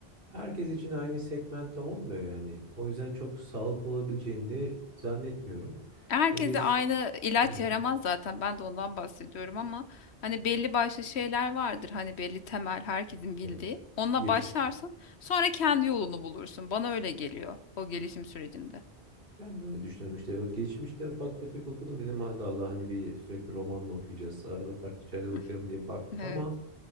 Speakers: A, on the right; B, on the left.
A: Herkes için aynı segmentte olmuyor yani. O yüzden çok sağlıklı olabileceğini de zannetmiyorum.
B: Herkese
A: Yani geç...
B: aynı ilaç
A: Hı hı.
B: yaramaz zaten. Ben de ondan bahsediyorum ama hani belli başlı şeyler vardır. Hani belli temel herkesin bildiği.
A: Evet.
B: Onunla
A: Giriş.
B: başlarsın. Sonra kendi yolunu bulursun. Bana öyle geliyor o gelişim sürecinde.
A: Ben de öyle düşünüyorum işte. O geçmişte ufak tefek okudum dedim hadi Allah hani bir sürekli roman mı okuyacağız? Arada farklı şeyler okuyalım
B: <laughs>
A: diye baktım
B: Evet,
A: ama